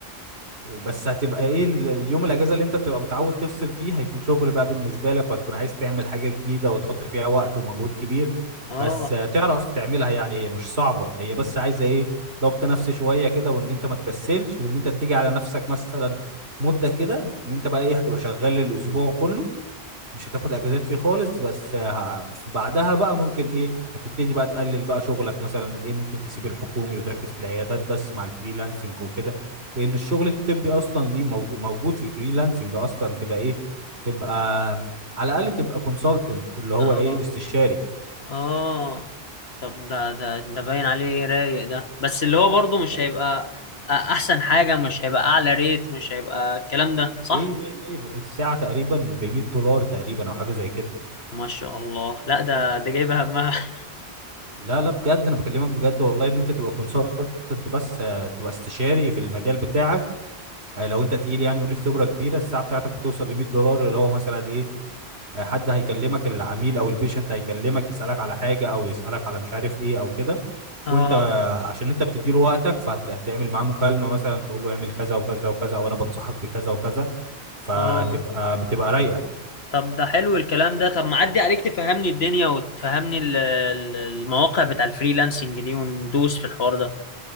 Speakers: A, on the right; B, on the left.
A: وبس هتبقى ايه ال- اليوم الاجازة اللي انت بتبقى متعود تفصل فيه هيكون شغل بقى بالنسبة لك وهتكون عايز تعمل حاجة جديدة وتحط فيها وقت ومجهود كبير
B: اه
A: بس آه، تعرف تعملها يعني هي مش صعبة هي بس عايزة ايه ضبط نفسي شوية كده وان انت ما تكسلش وان انت تيجي على نفسك مثلا مدة كده ان انت بقى ايه هتبقى شغال الاسبوع كله مش هتاخد اجازات فيه خالص بس ه... في بعدها بقى ممكن ايه هتبتدي بقى تقلل بقى شغلك مثلا ايه ممكن تسيب الحكومي وتركز في العيادات بس مع الفريلانسنج وكده لان الشغل الطبي اصلا ليه موجو- موجود في الفريلانسنج اصلا تبقى ايه تبقى على الاقل تبقى كونسلتنت اللي هو
B: اه
A: ايه استشاري
B: اه طب ده ده ده باين عليه رايق ده بس اللي هو برضه
A: ليه
B: مش هيبقى أ- احسن حاجه مش هيبقى اعلى ريت مش هيبقى الكلام ده صح
A: ليه ليه الساعة تقريبا ب 100 دولار تقريبا او حاجة زي كده
B: ما شاء الله لا ده ده جايبه همها <laughs>
A: لا لا بجد انا بكلمك بجد والله ان انت تبقى كونسلتنت بس آه، تبقى استشاري في المجال بتاعك آه، لو انت تقيل يعني وليك خبره كبيره الساعه بتاعتك بتوصل ل 100 دولار اللي هو مثلا ايه آه، حد هيكلمك العميل او البيشنت هيكلمك يسالك على حاجه او يسالك على مش عارف ايه او كده
B: اه
A: وانت آه، عشان انت بتديله وقتك فهتعمل معاه مكالمه مثلا تقول له اعمل كذا وكذا وكذا او انا بنصحك بكذا وكذا فتبقى
B: اه
A: بتبقى رايقه
B: طب ده حلو الكلام ده طب ما عدي عليك تفهمني الدنيا وتفهمني ال- ال- المواقع بتاع الفريلانسنج دي وندوس في الحوار ده